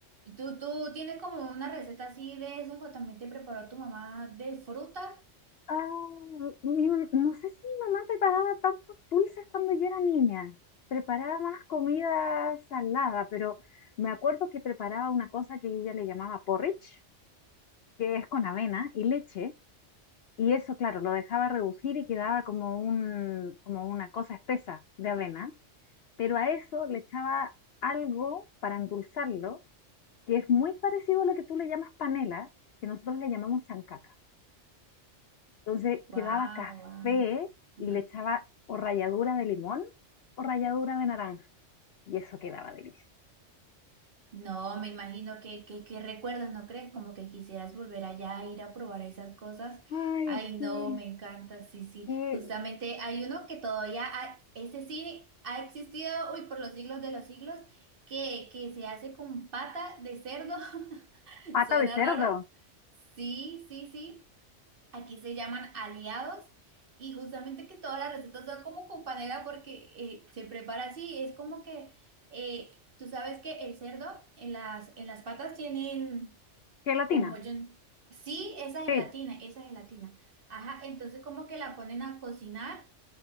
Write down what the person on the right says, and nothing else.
tú, tú tienes como una receta así de esas o también te preparó tu mamá de fruta.
Guau,
guau.
Ajá.
No, me imagino que, que, que recuerdos, ¿no crees? Como que quisieras volver allá a ir a probar esas cosas.
Ay, no,
me encanta, sí, sí.
Justamente hay uno que todavía, ha- ese sí ha existido, uy, por los siglos de los siglos, que, que se hace con pata de cerdo. <laughs>
Suena
raro. Sí, sí, sí. Aquí se llaman aliados y justamente que todas las recetas son como con panela porque eh, se prepara así. Es como que eh, tú sabes que el cerdo en las, en las patas tienen
como yo. Sí, esa gelatina,
esa gelatina. Ajá, entonces como que la ponen a cocinar